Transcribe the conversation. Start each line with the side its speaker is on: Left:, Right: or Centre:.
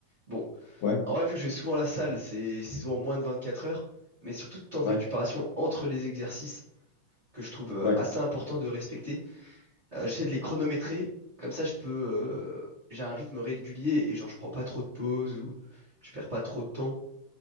Right: Bon,
Left: ouais,
Right: en vrai, vu que je vais souvent à la salle, c'est c'est souvent moins de 24 heures, mais surtout de temps de
Left: ouais,
Right: récupération entre les exercices que je trouve euh,
Left: ouais.
Right: assez important de respecter. Euh, j'essaie de les chronométrer, comme ça je peux, euh, j'ai un rythme régulier et genre je prends pas trop de pauses ou je perds pas trop de temps.